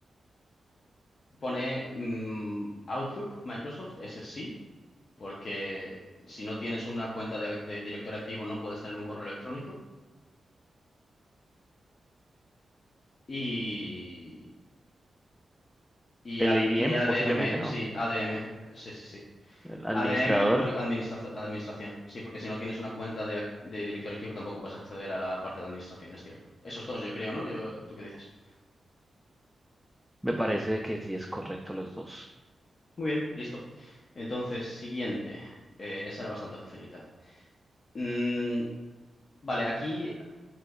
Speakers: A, on the left (about 55°); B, in the centre.
A: pone mm, Outlook, Microsoft, ese sí, porque si no tienes una cuenta de, de directorio activo no puedes tener un correo electrónico. Y, y,
B: El
A: A-
B: ADM,
A: y ADM,
B: posiblemente, ¿no?
A: sí, ADM, sí, sí, sí.
B: El administrador.
A: ADM por administra- administración, sí, porque si no tienes una cuenta de, ac- de directorio activo tampoco puedes acceder a la parte de administración, es cierto. Esos dos, yo creo, ¿no? Yo, ¿tú qué dices?
B: Me parece que sí es correcto los dos.
A: Muy bien, listo. Entonces, siguiente. Eh, esa era bastante facilita. Mm, vale, aquí